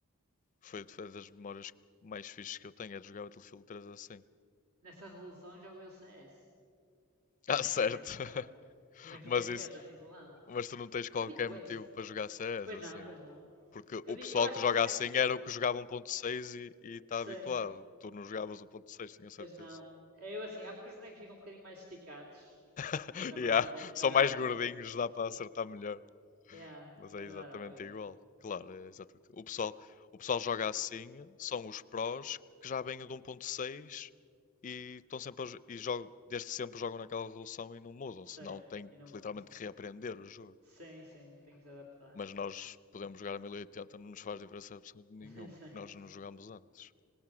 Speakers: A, on the left; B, on the right.
A: foi, foi das memórias mais fixes que eu tenho, é de jogar o Battlefield 3 assim.
B: Nessa resolução jogo eu C S.
A: <laughs>
B: Não,
A: Ah,
B: é
A: certo.
B: 740.
A: <laughs>
B: Mas,
A: Mas
B: mas
A: isso,
B: meto assim de lado.
A: mas tu não tens qualquer
B: Habituei-me.
A: motivo para jogar CS
B: Pois
A: assim.
B: não, pois não.
A: Porque
B: Eu,
A: o
B: di-
A: pessoal
B: eu acho
A: que joga
B: que os bonecos
A: assim
B: ficam
A: era o que jogava um ponto seis e está
B: sim,
A: habituado. Tu não jogavas um ponto seis tenho certeza.
B: as não. É Eu assim, há porque os bonecos ficam um bocadinho mais esticados,
A: <laughs>
B: mas na
A: Yeah,
B: verdade é- vai
A: são
B: dar
A: mais
B: ao
A: gordinhos,
B: mesmo.
A: dá para acertar melhor.
B: É,
A: Mas é
B: vai
A: exatamente
B: dar ao mesmo.
A: igual. Claro, é exatamente. O pessoal, o pessoal joga assim, são os prós que já vêm do um ponto seis e estão sempre a jo- e jogam, desde sempre jogam naquela resolução e não mudam,
B: Sim,
A: senão têm
B: e
A: que
B: não mu-
A: literalmente que reaprender o jogo.
B: Sim, sim, tem que se adaptar.
A: Mas nós podemos jogar a 1080, não nos faz diferença absolutamente
B: <laughs>
A: nenhuma,
B: certo,
A: que nós não jogámos antes.